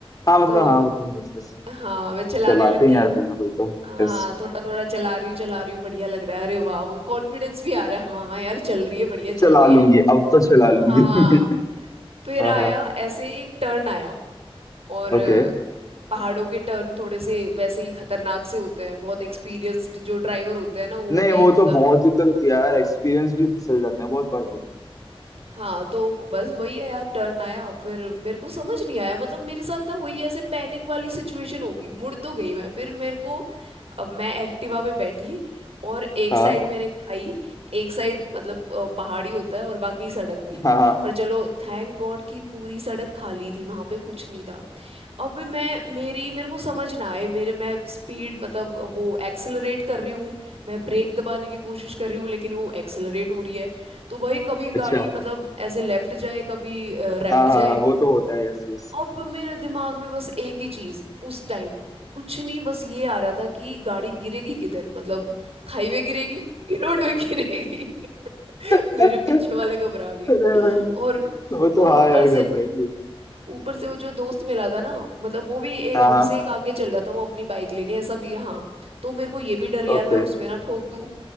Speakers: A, on the left; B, on the right.
A: हाँ मतलब
B: तो
A: हाँ वो तो है, yes, yes.
B: हाँ मैं चलाने
A: चलाते
B: लगी
A: हैं यार कोई ना कोई तो
B: हाँ
A: यस
B: थोड़ा थोड़ा चला रही हूँ चला रही हूँ बढ़िया लग रहा है अरे वाह कॉन्फिडेंस भी आ रहा है हाँ हाँ यार चल रही है बढ़िया
A: चला
B: चल रही
A: लूंगी
B: है
A: अब तो चला
B: हाँ
A: लूंगी <laughs>
B: फिर
A: हाँ
B: आया
A: हाँ
B: ऐसे एक टर्न आया और
A: ओके
B: अ, पहाड़ों के टर्न थोड़े से वैसे ही खतरनाक से होते हैं बहुत एक्सपीरियंस्ड जो ड्राइवर होते हैं ना वो
A: नहीं
B: भी
A: वो
B: मतलब
A: तो बहुत दिक्कत होती है यार एक्सपीरियंस भी फिसल जाते हैं बहुत बार तो
B: हाँ तो बस वही है यार टर्न आया फिर मेरे को समझ नहीं आया मतलब मेरे साथ ना वही ऐसे पैनिक वाली सिचुएशन होगी मुड़ तो गई मैं फिर मेरे को अब मैं एक्टिवा पे बैठी और एक
A: हाँ
B: साइड मेरे खाई एक साइड मतलब अ, पहाड़ी होता है और बाकी सड़क थी
A: हाँ हाँ
B: पर चलो थैंक गॉड कि पूरी सड़क खाली थी वहां पे कुछ नहीं था अब मैं मेरी मेरे को समझ ना आए मेरे मैं स्पीड मतलब वो एक्सेलरेट कर रही हूँ मैं ब्रेक दबाने की कोशिश कर रही हूँ लेकिन वो एक्सेलरेट हो रही है तो भाई कभी
A: अच्छा
B: गाड़ी मतलब ऐसे लेफ्ट जाए कभी राइट
A: हाँ हाँ
B: जाए
A: हाँ, वो तो होता है यस यस
B: अब मेरे दिमाग में बस एक ही चीज उस टाइम कुछ नहीं बस ये आ रहा था कि गाड़ी गिरेगी किधर मतलब खाई में गिरेगी कि रोड में गिरेगी <laughs>
A: अरे
B: मेरे पीछे वाले घबरा गए
A: भाई
B: और
A: वो तो
B: और
A: हाँ
B: ऊपर
A: यार घबराएगी
B: से ऊपर से वो जो दोस्त मिला था ना मतलब वो भी एक
A: हाँ
B: हमसे
A: हाँ
B: एक आगे चल रहा था वो अपनी बाइक लेके ऐसा भी हाँ तो मेरे को ये भी डर यार
A: ओके
B: मैं उसमें ना ठोक दूं